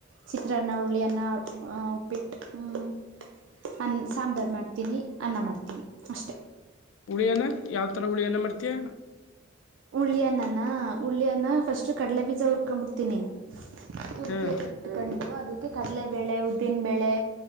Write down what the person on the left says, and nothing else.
ಹುಳಿಯನ ಯಾವತರ ಹುಳಿಯನ ಮಾಡ್ತೀಯ
ಹ್ಮ್